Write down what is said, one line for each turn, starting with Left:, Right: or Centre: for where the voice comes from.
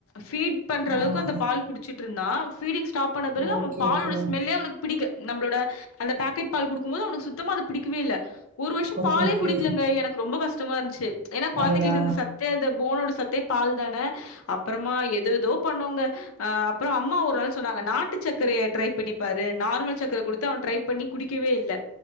Left: ஃபீட் பண்ற
Right: ஆ
Left: அளவுக்கு அந்த பால் குடிச்சிட் இருந்தா ஃபீடிங் ஸ்டாப் பண்ண பிறகு
Right: ஓகே
Left: அவ பாலோட
Right: ஓகே
Left: ஸ்மெல்லே அவனுக் பிடிக்க நம்ளோட அந்த பேக்கெட் பால் குடுக்கும் போது அவனுக்கு சுத்தமா அது பிடிக்கவே இல்ல ஒரு வருஷோ
Right: ஓகே
Left: பாலே
Right: ஓகே
Left: குடிக்கலங்க எனக்கு ரொம்ப கஷ்டமா இருந்த்ச்சு ஏனா கொழந்தைங்களுக்கு
Right: அடடா!
Left: இந்த சத் து இந்த போனோட சத்தே பால் தான அப்றமா எதோ ஏதோ பண்ணோங்க ஆ அப்றோ அம்மா ஒரு நாள் சொன்னாங்க நாட்டு சக்கரைய ட்ரை பண்ணிப்பாரு நார்மல் சக்கர குடுத்து அவ ட்ரை பண்ணி குடிக்கவே இல்ல